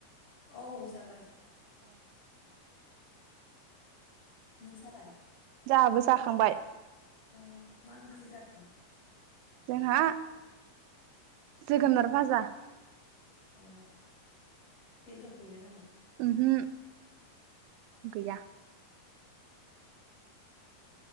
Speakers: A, on the left; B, on the right.
A: औ जाबाय।
B: अ।
A: नोंसा लाय।
B: जोहाबो जाखांबाय।
A: अ मा ओंख्रि जाखो?
B: जोंहा जोगोनार फाजा।
A: अ बेदर गैया नामा?
B: ओ हो गैया